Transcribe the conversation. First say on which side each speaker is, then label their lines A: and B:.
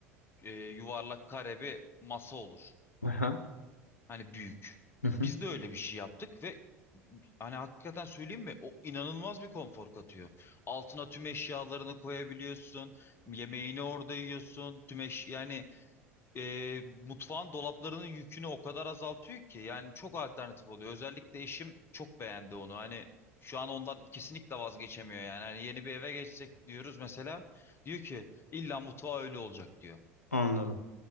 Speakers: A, on the left; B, on the left.
A: e, yuvarlak kare bir masa olur.
B: Aha.
A: Hani büyük.
B: Hı hı.
A: Biz de öyle bir şey yaptık ve Hani hakikaten söyleyeyim mi? O inanılmaz bir konfor katıyor. Altına tüm eşyalarını koyabiliyorsun. Yemeğini orada yiyorsun. Tüm eş yani e, mutfağın dolaplarının yükünü o kadar azaltıyor ki yani çok alternatif oluyor. Özellikle eşim çok beğendi onu. Hani şu an ondan kesinlikle vazgeçemiyor yani. Hani yeni bir eve geçsek diyoruz mesela. Diyor ki illa mutfağı öyle olacak diyor.
B: Anladım.